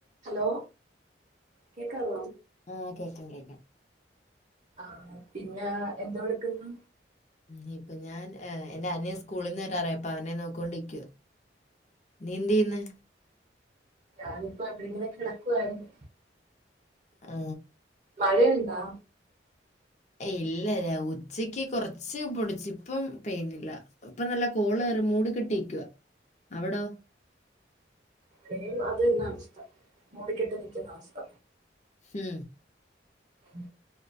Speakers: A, on the right; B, on the left.
A: Hello കേക്കാവോ?
B: ആ കേക്കാം കേക്കാം.
A: ആ പിന്നെ എന്താ കൊടുക്കുന്നെ.
B: ഇനി ഇപ്പ ഞാൻ എ എന്റെ അനിയൻ സ്കൂളിന്ന് വരാറയി അപ്പ അവനെ നോക്കോണ്ടിക്ക, നീ എന്ത് ചെയ്യ്ന്ന്.
A: ഞാനിപ്പോ എവിടിങ്ങനെ കിടക്കുവാരുന്നു.
B: ആ
A: മഴയുണ്ടോ?
B: ഇല് അല്ലല്ലെ ഉച്ചക്ക് കൊറ ച്ച് പൊടിച്ച് ഇപ്പം പെയ്യുന്നില്ല, ഇപ്പം നല്ല കോള് കേറി മൂടി കെട്ടിരിക്കുവാ, അവിടോ?
A: <unintelligible> അതന്നെ അവസ്ഥ മൂടിക്കെട്ട് നിക്കുന്ന അവസ്ഥ.
B: ഹം
A: ഉ